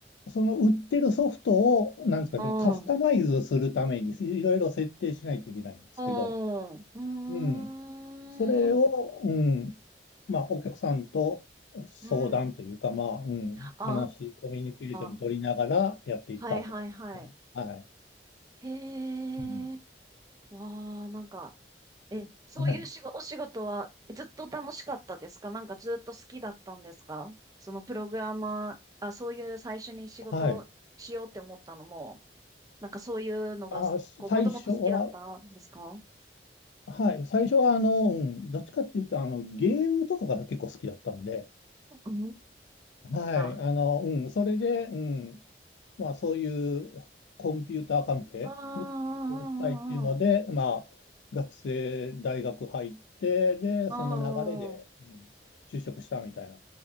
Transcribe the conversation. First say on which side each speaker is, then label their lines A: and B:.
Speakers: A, on the left; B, on the right.
A: その売ってるソフトを、なんですかね、
B: うん、
A: カスタマイズするためにいろいろ設定しないといけないんですけど、
B: うん、うーん、
A: うん。それを、うん。まあ、お客さんと相談というか、
B: うん。
A: まあ、うん。
B: あ
A: 話、コミュニケーション取りながらやっていったって感じですね。
B: あ。はいはいはい。
A: はい。
B: へえ、
A: うん。
B: わあ、なんか、え、そういう仕事、
A: はい。
B: お仕事はえずっと楽しかったですかなんかずっと好きだったんですかそのプログラマー、あ、そういう最初に仕事しようって思ったのも、
A: はい。
B: なんかそういうのが、
A: あー、
B: こう、
A: 最初は、
B: もともと好きだったんですか
A: はい、最初はあの、うん、どっちかっていうと、あの、ゲームとかが結構好きだったんで、
B: うー
A: はい、
B: ん。
A: あの、うん、それで、うん、まあそういうコンピューター関係の仕事をしたいっていうので、
B: ああ、うんうんうん。
A: まあ学生、大学入って、で、
B: あ
A: その流れで、うん、就職したみたいな